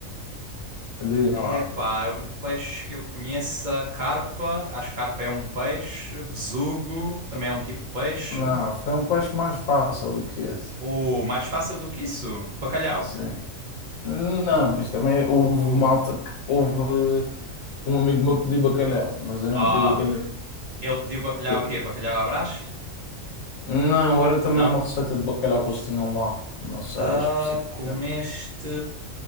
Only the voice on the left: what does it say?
Adivinha
lá.
Não, foi um peixe mais fácil do que esse.
Sim. Não, mas também houve
malta que houve um amigo meu que pediu bacalhau, mas eu não
pedi bacalhau.
Eu-
Não,
era também
uma receita de bacalhau que eles tinham lá. Não sei
especificar.